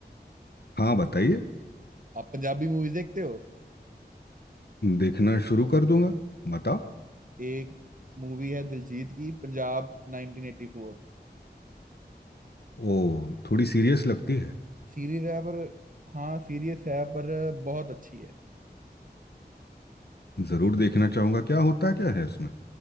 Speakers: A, on the left (about 65°); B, on the right (about 50°).
A: हाँ बताइए
B: आप पंजाबी मूवीज देखते हो
A: देखना शुरू कर दूंगा बताओ
B: एक मूवी है दिलजीत की पंजाब 1984
A: ओ थोड़ी सीरियस लगती है
B: सीरीज है पर हाँ सीरीज है पर बहुत अच्छी है
A: ज़रूर देखना चाहूँगा क्या होता क्या है उसमें